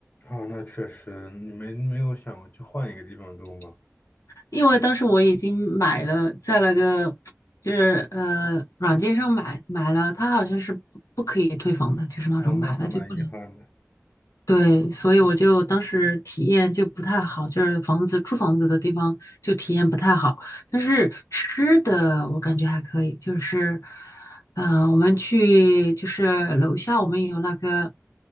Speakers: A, on the left (about 35°); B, on the left (about 80°).
A: 啊，那确实，你没没有想过去换一个地方住吗？
B: 因为当时我已经买了，在那个就是呃软件上买买了，它好像是不不可以退房的，就是那种买了就不能。
A: 哦，那还蛮遗憾的。
B: 对，所以我就当时体验就不太好，就是房子住房子的地方就体验不太好。但是吃的我感觉还可以，就是呃我们去就是楼下我们有那个